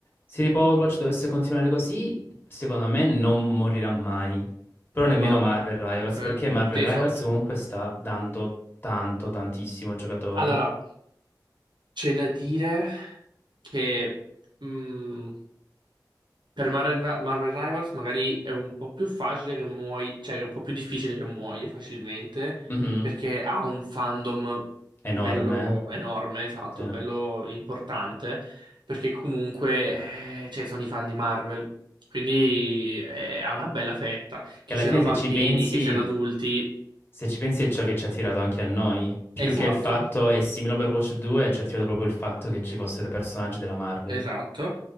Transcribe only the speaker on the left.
Se tipo Overwatch dovesse continuare così, secondo me non morirà mai. Però nemmeno
Marvel Rivals,
perché Marvel
Rivals
comunque sta dando tanto, tantissimo ai giocatori.
Mhm.
Enorme.
Sì.
Che
alla
fine se
ci pensi
Se ci pensi è ciò che ci ha attirato anche a noi, più
che il fatto, è simile a Overwatch 2, ci ha attirato proprio il fatto che ci fossero i personaggi della Marvel.